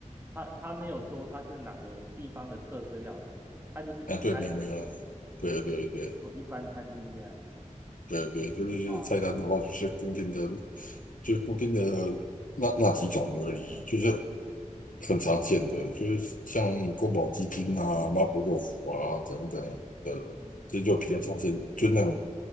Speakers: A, on the right (about 15°); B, on the left (about 85°).
A: 他他没有说他是哪个地方的特色料理，他就是一般
B: 啊，对，没有没有，对对对
A: <laughs> 一般餐厅这样。
B: 对对，就是菜单的话，
A: 哇，
B: 就是固定的，就是固定的那那几种而已，就是很常见的，就是像宫保鸡丁啊、麻婆豆腐啊等等的，
A: 嗯，
B: 这就比较常见，就那种